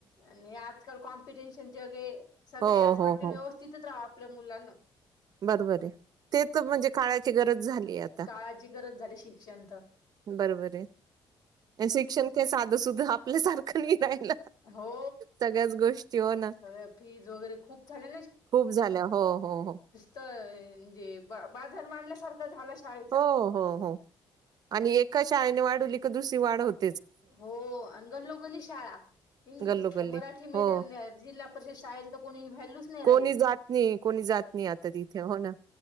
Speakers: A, on the left (about 45°); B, on the right (about 45°).
A: आणि आजकाल कॉम्पिटिशन जगे सगळे
B: हो
A: असं
B: हो
A: वाट व्यवस्थितच
B: हो
A: राहा. आपल्या मुलांना.
B: बरोबर आहे ते तर म्हणजे काळाची गरज झाली आता
A: काळाची गरज झाली शिक्षण तर.
B: बरोबर आहे आणि शिक्षण का साधं सुुद्धा आपल्यासारखं. नाही
A: हो
B: सगळ्याच गोष्टी हो ना
A: सगळ्या फीज वगैरे खूप झाल्या
B: खूप. झाल्या हो हो हो.
A: तर म्हणजे बा बाजार मांडल्यासारखं झाला. शाळेचा.
B: हो हो हो आणि एका शाळेने वाढवली का दुसरी वाढ होती.
A: हो अ गल्लोगल्ली शाळा. इंग्लिश
B: गल्लोगल्ली
A: तर मराठी
B: हो
A: मीडियम जिल्हा परिषद शाळेल तर कोणीही व्हॅल्यूच नाही
B: कोणी
A: राहिली.
B: जात नाही कोणी जात नाही आता तिथे हो ना.